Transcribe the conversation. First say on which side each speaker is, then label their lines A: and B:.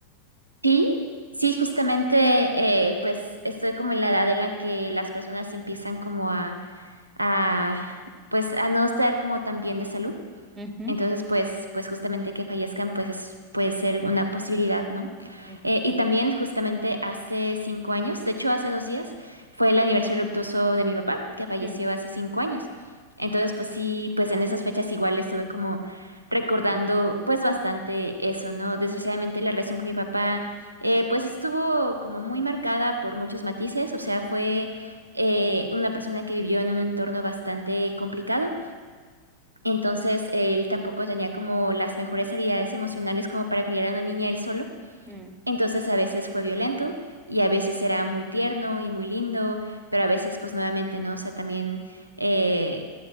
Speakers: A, on the right (about 85°); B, on the right (about 20°).
A: Sí, sí, justamente eh, pues estoy como en la edad en la que las personas empiezan como a, a pues a no estar como tan bien de salud.
B: Ujú,
A: Entonces, pues, pues justamente que fallezcan, pues es- puede ser una posibilidad, ¿no?
B: ujú,
A: Eh, y también justamente hace cinco años, de hecho hace dos días, fue el aniversario luctuoso de mi papá, que falleció
B: mm,
A: hace cinco años. Entonces, pues sí, pues en esas fechas igual estuve como recordando pues bastante eso, ¿no? Desgraciadamente la relación con mi papá, eh, pues estuvo como muy marcada por muchos matices, o sea, fue eh, una persona que vivió en un entorno bastante complicado entonces, él tampoco tenía como las mejores habilidades emocionales como para criar a una niña él solo.
B: mm,
A: Entonces, a veces fue violento y a veces era muy tierno y muy lindo, pero a veces, pues nuevamente, ¿no? O sea, también, eh,